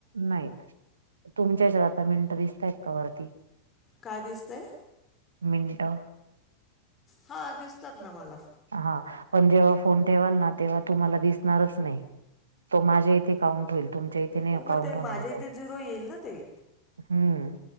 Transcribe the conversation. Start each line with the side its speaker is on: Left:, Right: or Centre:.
Right: नाही तुमच्याच्यात हेच्यात आता मिनटं दिसतय का वरती?
Left: काय दिसतंय
Right: मिनिटं
Left: हा दिसतात ना मला.
Right: हा पण जेव्हा फोन ठेवाल ना तेव्हा तुमला दिसणारच नाही त मा- इथे काउंट होईल तुम्हच्या इथे
Left: हो मग
Right: कांउट
Left: ते माझ्या
Right: होणार
Left: इथे
Right: तो.
Left: झिरो येईल ना ते
Right: हम्म